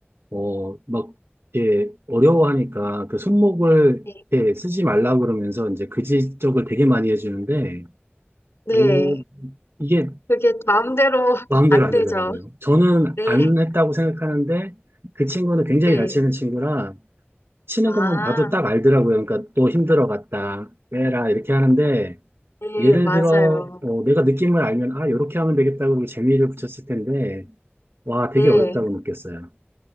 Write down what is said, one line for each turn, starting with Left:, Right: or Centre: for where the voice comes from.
Right: 어, 막 이렇게 어려워하니까 그 손목을
Left: 네.
Right: 이렇게 쓰지 말라고 그러면서 이제 그 지적을 되게 많이 해주는데
Left: 네.
Right: 오, 이게
Left: 그게 마음대로 <laughs>
Right: 마음대로
Left: 안
Right: 안
Left: 되죠.
Right: 되더라고요. 저는
Left: 네.
Right: 안 했다고 생각하는데 그 친구는 굉장히
Left: 네.
Right: 잘 치는 친구라 치는
Left: 아,
Right: 것만 봐도 딱 알더라고요. 그러니까 또 힘들어 갔다 빼라 이렇게 하는데
Left: 네,
Right: 예를
Left: 맞아요.
Right: 들어, 어, 내가 느낌을 알면, 아, 이렇게 하면 되겠다, 고면 재미를 붙였을 텐데, 와, 되게
Left: 네.
Right: 어렵다고 느꼈어요.